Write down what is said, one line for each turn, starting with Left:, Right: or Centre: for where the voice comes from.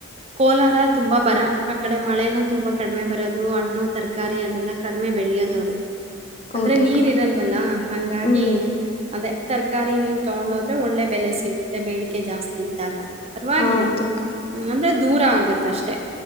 Right: ಕೋಲಾರ. ತುಂಬಾ ಬರ ಆ ಕಡೆ ಮಳೆನು ತುಂಬಾ ಕಡಿಮೆ ಬರೋದು ಹಣ್ಣು ತರಕಾರಿ ಅದೆಲ್ಲ ಕಡಿಮೆ ಬೆಳೆಯೋದುವ್ರು.
Left: ಹೌದು
Right: ಅಂದ್ರೆ ನೀರ್
Left: ಅಕ್ಕ
Right: ಇರಲ್ವಲ್ಲಾ ಹಂಗಾಗಿ
Left: ಹ್ಞೂ
Right: ಅದೇ. ತರಕಾರಿ ನೀವು್ ತಗೊಂಡೋದ್ರೆ ಒಳ್ಳೆ ಬೆಲೆ ಸಿಗುತ್ತೆ ಬೇಡಿಕೆ ಜಾಸ್ತಿ ಇದ್ದಾಗ. ಪರವಾಗಿಲ್ಲ
Left: ಹೌದು ಅಕ್ಕ
Right: ಹ್ಮ್ ಅಂದ್ರೆ ದೂರ ಆಗುತ್ತೆ. ತಷ್ಟೆ.